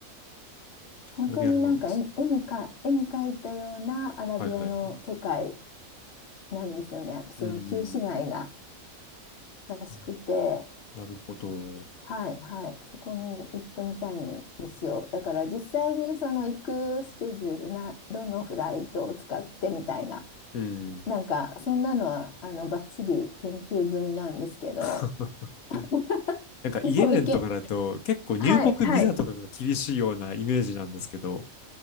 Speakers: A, on the left (about 55°); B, on the left (about 85°).
A: 本当になんか絵、
B: アラビアンローレンス。
A: 絵にか、絵に描いたようなアラビアの世界
B: はいはいはい。
A: なんですよね。その旧市街が
B: うん。
A: らしくて、
B: うんなるほど。
A: はいはい、そこに行ってみたいんですよ。だから実際にその行くスケジュールな、どのフライトを使ってみたいな、
B: うん。
A: なんかそんなのはあのバッチリ研究済みなんですけど、
B: <laughs>
A: <laughs>
B: なんか、
A: でも行け、
B: イエメンとかだと、結構入国ビザとかが厳しいようなイメージなんですけど、
A: はいはい、